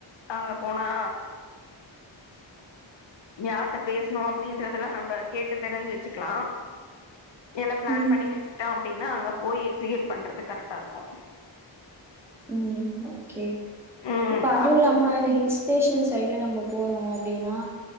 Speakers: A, on the left; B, in the centre.
A: அங்க போனா யார்ட்ட பேசணு அப்டின்றதெல்லா நம்ம கேட்டு தெரிஞ்சு வெச்சுக்கலா எல்லா ப்ளான்
B: ம்
A: பண்ணி வெச்சுகிட்டோ அப்டின்னா அங்க போய் எக்ஸிகியூட் பண்றதுக்கு கரெக்டா இருக்கு
B: ம் ஓகே
A: ம்
B: இப்ப அதுல்லாம
A: அதுக்குள்ள
B: அந்த ஹில்ஸ் பேஷன் சைட்ல நம்ம போறோ அப்டின்னா